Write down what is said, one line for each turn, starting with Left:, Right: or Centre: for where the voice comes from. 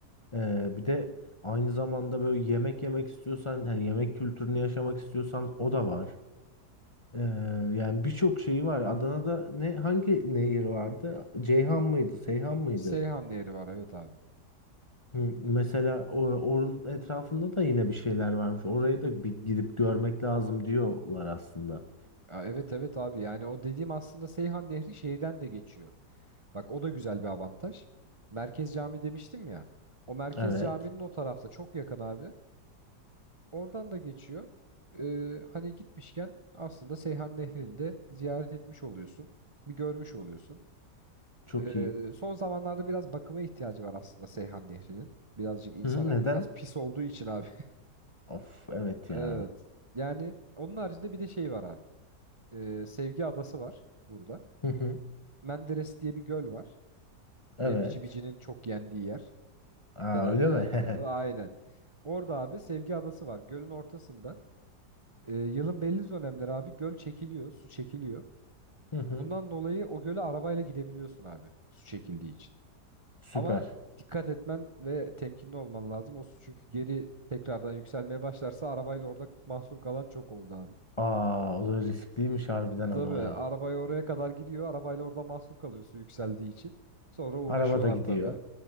Left: Ee, bir de aynı zamanda böyle yemek yemek istiyorsan, hani yemek kültürünü yaşamak istiyorsan o da var. Ee, yani birçok şeyi var. Adana'da ne hangi nehir vardı? Ceyhan mıydı? Seyhan mıydı?
Right: Seyhan Nehri var evet abi.
Left: Hı, Mesela o- onun etrafında da yine bir şeyler varmış. Orayı da bir gidip görmek lazım diyorlar aslında.
Right: Ya evet evet abi. Yani o dediğim aslında Seyhan Nehri şehirden de geçiyor. Bak o da güzel bir avantaj. Merkez Cami demiştim ya. O Merkez
Left: Evet.
Right: Cami'nin o tarafta çok yakın abi. Oradan da geçiyor. Ee, hani gitmişken aslında Seyhan Nehri'ni de ziyaret etmiş oluyorsun. Bir görmüş oluyorsun.
Left: Çok
Right: Ee,
Left: iyi.
Right: son zamanlarda biraz bakıma ihtiyacı var aslında Seyhan Nehri'nin. Birazcık insanoğlu
Left: Hı hı, neden?
Right: biraz pis olduğu için abi. <laughs>
Left: Of evet ya.
Right: Evet. Yani onun haricinde bir de şey var abi. Ee, Sevgi Adası var burada.
Left: Hı hı,
Right: Menderes diye bir göl var.
Left: evet.
Right: Ee, Bici Bici'nin çok yendiği yer.
Left: Aa
Right: Genelde
Left: öyle mi?
Right: yaygın
Left: <laughs>
Right: olduğu. Aynen. Orada abi Sevgi Adası var. Gölün ortasında. Ee, yılın belli dönemleri abi göl çekiliyor. Su çekiliyor.
Left: Hı hı.
Right: Bundan dolayı o göle arabayla gidebiliyorsun abi. Su çekildiği için.
Left: Süper.
Right: Ama dikkat etmen ve temkinli olman lazım. O su çünkü geri tekrardan yükselmeye başlarsa arabayla orada mahsur kalan çok oldu abi.
Left: Aa o da riskliymiş harbiden
Right: Tabii
Left: ama.
Right: arabayı oraya kadar gidiyor. Arabayla orada mahsur kalıyor su yükseldiği için. Sonra uğraşıyorlar
Left: Araba da gidiyor.
Right: tabii.